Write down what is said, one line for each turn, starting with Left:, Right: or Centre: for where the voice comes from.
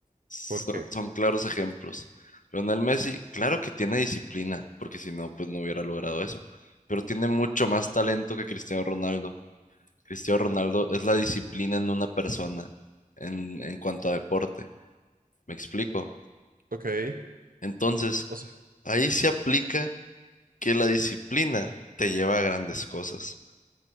Left: So-
Right: ¿Por qué?
Left: son claros ejemplos. Lionel Messi, claro que tiene disciplina, porque si no, pues no hubiera logrado eso. Pero tiene mucho más talento que Cristiano Ronaldo. Cristiano Ronaldo es la disciplina en una persona en, en cuanto a deporte. ¿Me explico?
Right: Ok,
Left: Entonces,
Right: o sea,
Left: ahí se aplica que la disciplina te lleva a grandes cosas.